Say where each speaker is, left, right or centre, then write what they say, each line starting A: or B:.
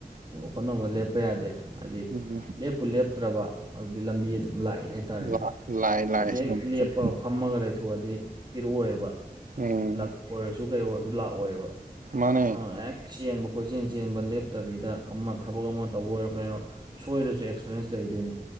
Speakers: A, on the right; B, on the right.
A: ꯍꯣꯠꯅꯕ ꯂꯦꯞꯄ ꯌꯥꯗꯦ ꯍꯥꯏꯗꯤ
B: ꯎꯝ
A: ꯂꯦꯞꯄꯨ ꯂꯦꯞꯇ꯭ꯔꯕ ꯑꯗꯨꯗꯤ ꯂꯝꯕꯤ ꯑꯗꯨꯝ ꯂꯥꯛꯑꯦ ꯍꯥꯏꯇꯥꯔꯦꯅꯦ
B: ꯂꯥꯛꯑꯦ ꯂꯥꯛꯑꯦ
A: ꯍꯥꯏꯗꯤ ꯍꯦꯛ
B: ꯁꯨꯝ
A: ꯂꯦꯞꯄ
B: ꯁꯨꯝ
A: ꯐꯝꯃꯒ ꯂꯩꯊꯣꯛꯑꯗꯤ ꯄꯤꯔꯛꯑꯣꯏꯕ
B: ꯎꯝ
A: ꯂꯛ ꯑꯣꯏꯔꯁꯨ ꯀꯩ ꯑꯣꯏꯔꯁꯨ ꯂꯥꯛꯑꯣꯏꯕ
B: ꯃꯥꯅꯦ
A: ꯑ ꯍꯦꯛ ꯆꯦꯟꯕ ꯀꯣꯏꯆꯦꯟ ꯆꯦꯟꯕ ꯂꯦꯞꯇꯕꯤꯗ ꯑꯃ ꯊꯕꯛ ꯑꯃ ꯇꯧꯕ ꯑꯣꯏꯔꯣ ꯀꯩꯅꯣ ꯁꯣꯏꯔꯁꯨ ꯑꯦꯛꯁꯄꯔꯦꯟꯁ ꯂꯩꯗꯣꯏꯅꯤ